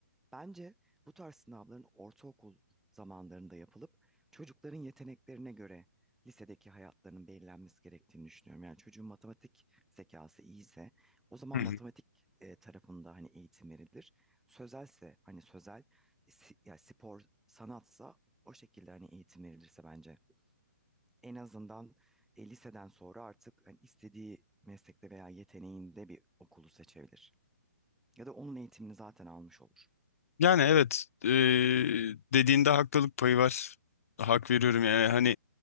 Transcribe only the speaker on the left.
Hı hı.
Yani evet e, dediğinde haklılık payı var. Hak veriyorum yani hani